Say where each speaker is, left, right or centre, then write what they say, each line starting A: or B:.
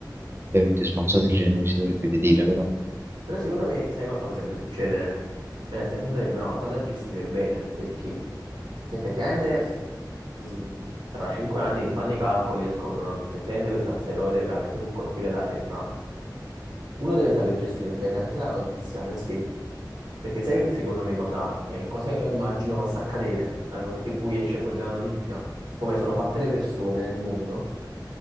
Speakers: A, on the right; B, on the right.
A: ovviamente su una cosa del genere si dovrebbe vedere, però.
B: Però secondo me, sai cosa potrebbe succedere? Cioè, Nel senso sarebbe una cosa da gestire bene, perché se effettivamente mh, tra cinque anni rifanno i calcoli e scoprono che effettivamente questo asteroide veramente può colpire la Terra, uno deve saper gestire bene anche la notizia, perché? Perché sai secondo me cosa, cioè, cosa io immagino possa accadere dal momento in cui esce fuori la notizia, come sono fatte le persone nel mondo,